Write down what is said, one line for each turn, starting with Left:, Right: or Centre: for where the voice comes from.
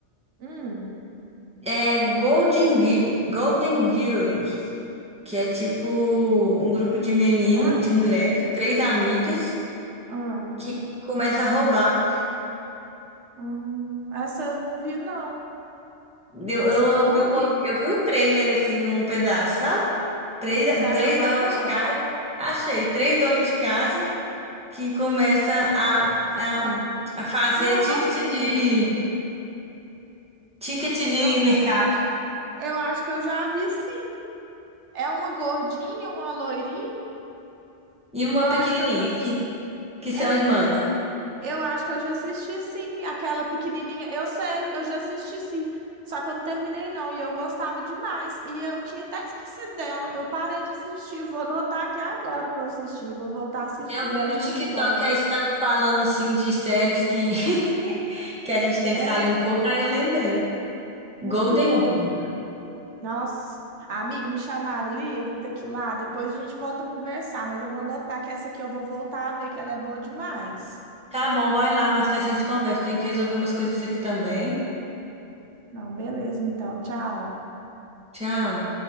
Right: Hum.
Centre: É Golden, Gi- Golden Girls, que é tipo um grupo
Right: Garotas
Centre: de meninas,
Right: Douradas?
Centre: de mulheres, três amigas,
Right: Ah,
Centre: que começa a roubar.
Right: hum, essa eu não vi, não.
Centre: Eu,
Right: Essa
Centre: eu
Right: aí eu não
Centre: vi um, po-
Right: vi.
Centre: eu vi um trailer, assim, um pedaço, sabe? Três,
Right: E você achou
Centre: três
Right: bacana?
Centre: donas de casa, achei, três donas de casa que começa a, a,
Right: Ah.
Centre: a fazer
Right: Não,
Centre: ticket
Right: amiga.
Centre: de, ticket de
Right: Eu,
Centre: mercado.
Right: eu acho que eu já vi sim. É uma gordinha, uma loirinha?
Centre: E uma
Right: Eu
Centre: pequenininha,
Right: acho que eu já.
Centre: que, que
Right: É,
Centre: são irmãs.
Right: eu acho que eu já assisti sim. Aquela pequenininha. Eu sei, eu já assisti sim. Só que eu não terminei não. E eu gostava demais. E eu tinha até esquecido dela. Eu parei de assistir. Vou anotar aqui agora pra eu assistir. Vou voltar a assistir.
Centre: Eu vi
Right: Ela
Centre: no
Right: é
Centre: TikTok,
Right: muito boa.
Centre: aí você tá me falando, assim, de séries que, <laughs> que a gente tem
Right: É,
Centre: que sair um pouco, aí eu lembrei.
Right: muito
Centre: Golden
Right: boa.
Centre: Girl.
Right: Nossa. Ah, amiga, me chamaram ali, eu vou ter que ir lá. Depois a gente volta a conversar, mas eu vou notar que essa aqui eu vou voltar a ver que ela é boa demais.
Centre: Tá bom, vai lá, mas a gente conversa. Tem que resolver umas coisas aqui também.
Right: Não, beleza, então. Tchau.
Centre: Tchau.